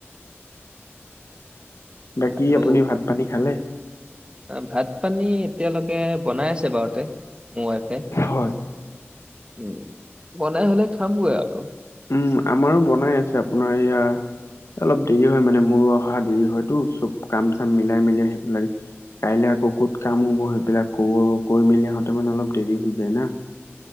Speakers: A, on the left; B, on the right.
A: বাকী
B: আৰু
A: আপুনি ভাত- পানী খালে?
B: ভাত -পানী এতিয়ালৈকে বনাই আছে বাৰুতে মোৰ ৱাইফে।
A: হয়।
B: উম বনাই হ'লে খামগৈ আৰু।
A: উম, আমাৰো বনাই আছে আপোনাৰ এয়া অলপ দেৰি হয় মানে মোৰ অহা দেৰি হয়তো, চব কাম চাম মিলাই- মিলি আহিব লাগে। কাইলৈ আকৌ ক'ত কাম হব সেইবিলাক কব কৈ মেলি আহোঁতে মানে অলপ দেৰি হৈ যায় না